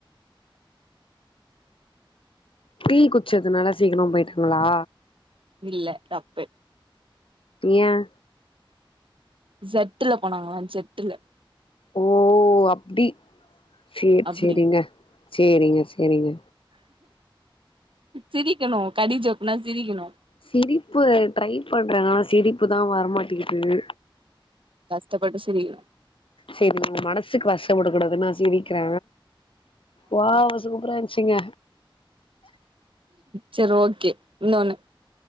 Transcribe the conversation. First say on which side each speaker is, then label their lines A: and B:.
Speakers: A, on the left; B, on the right.
A: டீ குச்சதுனால சீக்கிரமா போயிட்டாங்ளா
B: இல்ல தப்பு
A: ஏன்
B: ஜட்டுல போனாங்ளா ஜட்டுல
A: ஓ அப்டி சேர்
B: அப்டி
A: செரிங்க செரிங்க செரிங்க
B: சிரிக்கணு கடிஜோக்னா சிரிக்கணு
A: சிரிப்பு ட்ரை பண்ற ஆனா சிரிப்புதா வர மாட்டிக்கிது
B: கஷ்டப்பட்டு சிரிகனு
A: செரி உங் மனசுக் கஷ்டப் படக்கூடாதுன்னு நா சிரிக்ற வாவ் சூப்பரா இன்ச்சிங்க
B: செரி ஓகே இன்னொண்ணு